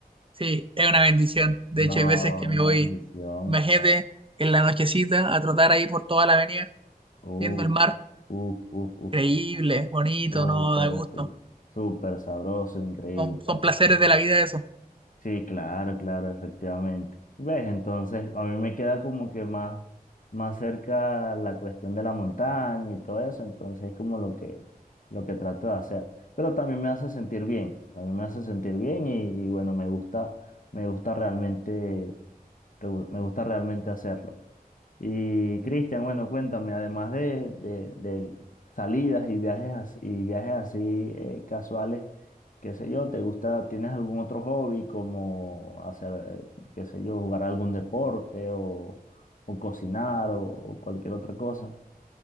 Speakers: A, on the right; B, on the left.
A: sí, es una bendición. De
B: no,
A: hecho, hay veces que me
B: una bendición.
A: voy, imagínate, en la nochecita a trotar ahí por toda la avenida.
B: Uf,
A: viendo el mar.
B: uf, uf, uf,
A: Increíble, bonito,
B: súper,
A: no, da gusto.
B: su- súper sabroso, increíble.
A: Son, son placeres de la vida eso.
B: Sí, claro, claro, efectivamente. ¿Ves? Entonces, a mí me queda como que más, más cerca la cuestión de la montaña y todo eso, entonces es como lo que, lo que trato de hacer. Pero también me hace sentir bien, también me hace sentir bien y, y bueno, me gusta, me gusta realmente, me gusta realmente hacerlo. Y Cristian, bueno, cuéntame, además de, de- de salidas y viajes, as- y viajes así eh, casuales, qué sé yo, ¿te gusta, tienes algún otro hobby como hacer, eh, qué sé yo, jugar algún deporte o, o cocinar o, o cualquier otra cosa?